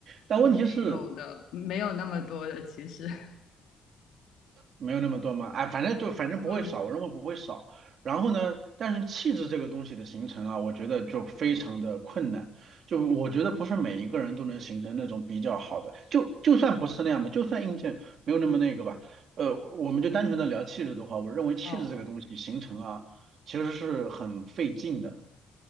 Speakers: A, on the right; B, on the left.
A: 但问题是，
B: 没有的，没有那么多的其实。<laughs>
A: 没有那么多嘛，哎，反正就反正不会少，
B: 嗯，
A: 我认为不会少。然后呢，但是气质这个东西的形成啊，我觉得就非常的困难。就我觉得不是每一个人都能形成那种比较好的，就就算不是那样吧，就算硬件没有那么那个吧，呃，我们就单纯的聊气质的话，我认为气质这个东西形成啊，
B: 哦。
A: 其实是很费劲的。